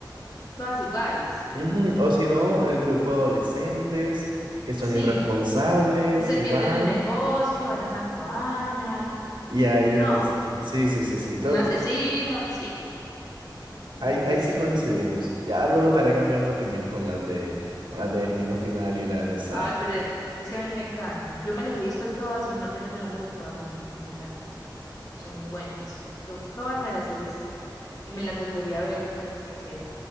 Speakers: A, on the left; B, on the right.
A: todas iguales.
B: Ujú, O si no, el grupo de adolescentes que son
A: Sí,
B: irresponsables
A: que se
B: y
A: pierden
B: van,
A: en el bosque, van a una cabaña.
B: y hay
A: No,
B: un... es- Sí, sí, sí, sí, todo,
A: un asesino,
B: to-
A: sí. Entonces
B: ahí, ahí sí
A: sí.
B: coincidimos. Ya luego te haré cambiar de opinión con las de, con las de Destino Final y las de Saw.
A: Ay, pero es que a mí me encantan. Yo me las he visto todas en orden cronológico. A mí me encantan. Son muy buenas. So- todas me las he visto y me las volvería a ver las veces que sea.